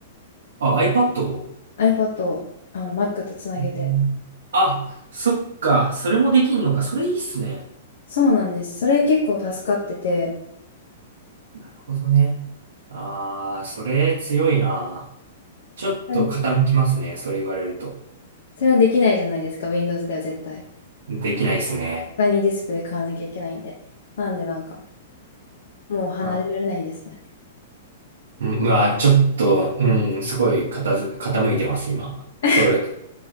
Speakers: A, on the right (about 85°); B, on the left (about 70°).
A: あ、iPad?
B: iPad をあの Mac とつなげて。
A: うん、あ、そっか、それもできんのか、それいいっすね。
B: そうなんです。それ結構助かってて、
A: なるほどね。あー、それ強いな。ちょっと傾きますね、
B: うん
A: それ言われると。
B: それはできないじゃないですか、Windows では絶対。
A: できないですね。
B: 他にディスプレイ買わなきゃいけないんで。なんでなんか、もう離れられないですね。
A: あ、うん、うわ、ちょっと、うん、すごい傾傾いてます、今。
B: <laughs>
A: それ。